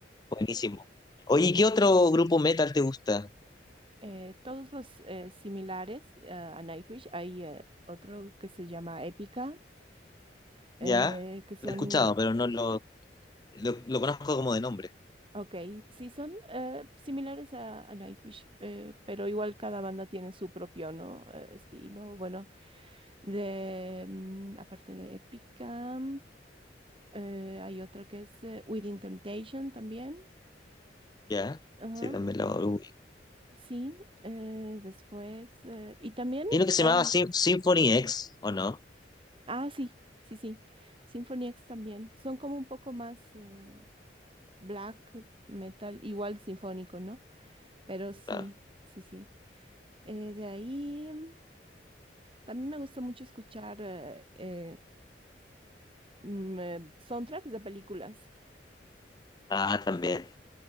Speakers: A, on the left (about 25°); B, on the right (about 30°).
A: Buenísimo. Oye, ¿y ¿qué otro grupo metal te gusta?
B: Eh, todos los eh, similares eh, a Nightwish. Hay eh, otro que se llama Épica, eh,
A: Ya,
B: que son.
A: lo he escuchado, pero no lo, lo, lo conozco como de nombre.
B: Ok, sí, son eh, similares a, a Nightwish, eh, pero igual cada banda tiene su propio, ¿no? Eh, estilo. Bueno, de, mm, aparte de Épica. Eh, hay otra que es eh, Within Temptation también.
A: Ya,
B: Ajá,
A: sí, también lo ubico.
B: sí. eh, después. eh, y también.
A: Hay uno que se
B: ah,
A: llamaba Sym- Symphony X, ¿o no?
B: ah, sí, sí, sí. Symphony X también. Son como un poco más eh, black metal, igual sinfónico, ¿no? Pero sí,
A: Ah,
B: sí, sí. Eh, de ahí. mm, También me gusta mucho escuchar eh, eh, mm, eh, soundtracks de películas.
A: ah, también.